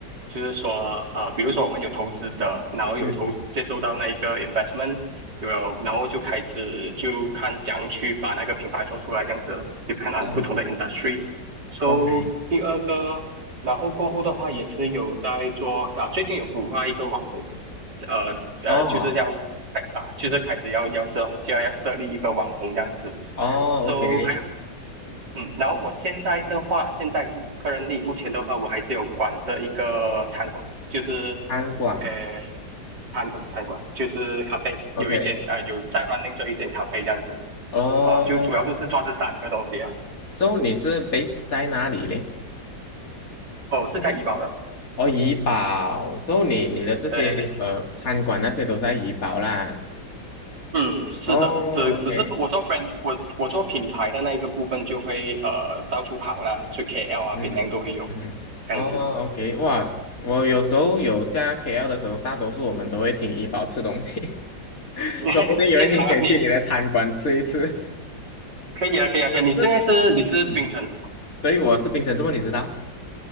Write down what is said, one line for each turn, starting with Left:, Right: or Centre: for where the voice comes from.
Right: 就是说，呃，比如说我们有投资者，然后有投接收到那一个
Left: 嗯，
Right: investment，有了，然后就开始就看怎样去把那个品牌做出来，这样子咯，depend
Left: 哦
Right: on 不同的 industry。So
Left: ，OK，
Right: 第二个，然后过后的话也是有在做啊，最近有孵化一个网红，呃呃，
Left: 哦，
Right: 就是要啊，就是开始要要设就要要设立一个网红这样子。
Left: 哦，OK，
Right: So 还有嗯，然后我现在的话，现在个人力目前的话，我还是有管着一个餐馆，就是
Left: 餐馆
Right: 呃，餐馆餐馆就是咖啡，
Left: ，OK，OK，
Right: 有一间呃有在 running 做一间咖啡这样子
Left: 哦
Right: 啊，就主要都是做这三个东西啊。
Left: ，So 你是 base 在哪里嘞？
Right: 哦，是在怡保的，
Left: 哦，怡保，So 你你的这些呃餐馆那些都在怡保啦。
Right: 对对对，嗯，是的，
Left: 哦
Right: 只只是我做
Left: ，OK，
Right: brand，我我做品牌的那一个部分就会呃到处跑啦，就 KL 啊、
Left: 嗯嗯，
Right: 槟榔都会有这样子，
Left: 哦，OK，哇，我有时候有下 KL 的时候，大多数我们都会停怡保吃东西。
Right: <laughs>
Left: 说不定有一天可以去你的餐馆吃一次。
Right: 正常啊，你可以啊，可以啊，
Left: 但是，
Right: 可以，你现在是你是槟城
Left: 嗯，对，我是槟城，这么你知道？